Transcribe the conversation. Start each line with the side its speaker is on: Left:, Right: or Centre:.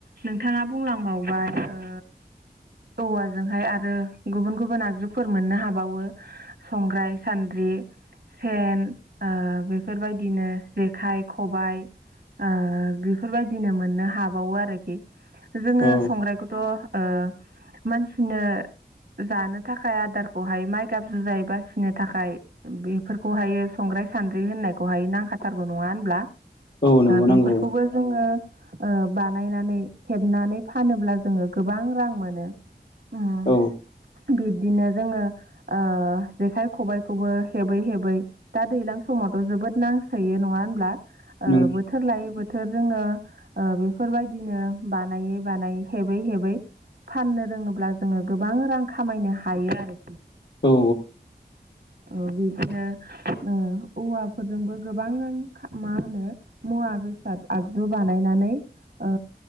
Right: नोंथाङा बुंलांबावबाय ओ औवाजोंहाय आरो गुबुन गुबुन आगजुफोर मोननो हाबावो संग्राय सान्द्रि सेन ओ बेफोरबायदिनो जेखाइ खबाइ ओ बेफोरबायदिनो मोननो हाबावो आरोखि जोङो
Left: औ
Right: संग्रायखौथ' ओ मानसिनो जानो थाखाय आदारखौहाय माइगाब जुजाइ बासिनो थाखाय बेफोरखौहायो संग्राय सान्द्रि होननायखौहाय नांखा नांखाथारगौ नङा होनब्ला
Left: औ नंगौ
Right: बेफोरखौबो
Left: नांगौ
Right: जोङो ओ बानायनानै हेबनानै फानोब्ला जोङो गोबां रां मोनो उम
Left: औ
Right: बिब्दिनो जोङो ओ जेखाइ खबायखौबो हेबै हेबै दा दैलां समावथ' जोबोद ना सैयो नङा होनब्ला ओ
Left: नों
Right: बोथोर लायो बोथोर बोथोर जोङो बेफोरबायदिनो बानायै बानायै हेबै हेबै फाननो रोङोब्ला जोङो गोबां रां खामायनो हायो आरो
Left: औ
Right: औ बिदिनो ओ औवाफोरजोंबो गोबां मा होनो मुवा बेसाद आगजु बानायनानै ओ